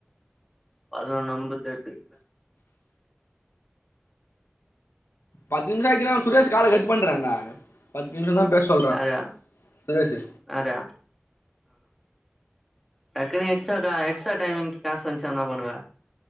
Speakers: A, in the centre; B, on the left.
A: பதுனொன்னு அம்பத்தெட்டு
B: பத்து நிம்ஷோ ஆச்சுனா அவ சுரேஷ் கால கட் பண்றான்டா பேஸ் சொல்ற
A: யாரு
B: பேசு
A: யாரு டக்குனு எக்ஸ்ட்ரா கா எக்ஸ்ட்ரா டைம் காசு வந்ச்சுனா என்னா பண்ணுவ